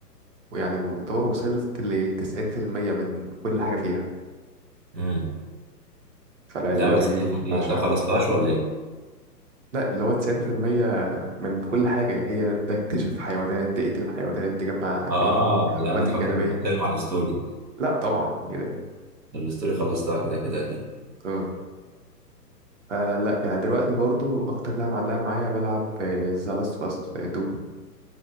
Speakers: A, on the right (about 50°); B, on the right (about 90°).
A: ويعني اعتبر وصلت لتسعين في المية من كل حاجة فيها
B: امم
A: فلا
B: لا
A: اللعبة
B: بس
A: دي
B: دي خطيره
A: بعشقها
B: طب خلصتهاش ولا ايه
A: لا اللي هو تسعين في المية من كل حاجة اللي هي ده اكتشف حيوانات تقتل حيوانات تجمع
B: اه
A: جلدهم المهمات
B: لا انا فاكرك
A: الجانبية
B: كنت بتتكلم على الستوري
A: لا طبعا ايه ده
B: الستوري خلصتها كده كده اكيد
A: اه فلا يعني دلوقتي برضو اكتر لعبه معلقه معايا بلعب ذا لاست اوف اس 2